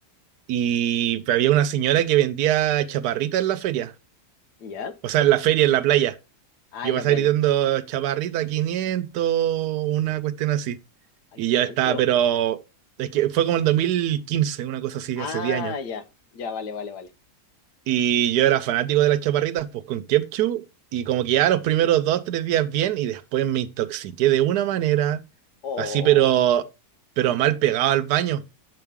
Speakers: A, on the right; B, on the left.
A: Y había una señora que vendía chaparritas en la feria.
B: ¿Ya?
A: O sea, en la feria, en la playa.
B: Ah,
A: Yo
B: en
A: pasaba
B: la playa.
A: gritando chaparrita 500, una cuestión así.
B: A
A: Y
B: 500.
A: yo estaba, pero es que fue como el 2015, una cosa así,
B: Ah,
A: hace 10 años.
B: ya. Ya, vale, vale, vale.
A: Y yo era fanático de las chaparritas, pues con Kepchu. Y como que ya los primeros dos, tres días bien, y después me intoxiqué de una manera,
B: Oh,
A: así, pero, pero mal pegado al baño.